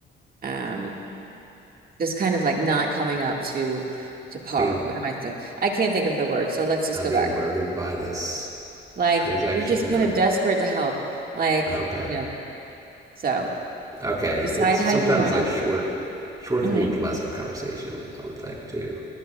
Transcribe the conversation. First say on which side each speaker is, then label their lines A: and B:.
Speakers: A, on the right; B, on the right.
A: Um, just kind of like not coming up to to par.
B: Being
A: What am I saying? I can't think of the word, so let's just
B: I'm
A: go
B: being
A: back.
B: burdened by this
A: Like
B: transaction,
A: you're just kind
B: or
A: of desperate to help. Like,
B: okay,
A: you know, so
B: okay.
A: decide
B: It's
A: how
B: sometimes
A: you want
B: like short, short
A: to.
B: can
A: hmm
B: mean pleasant conversation. I would think too,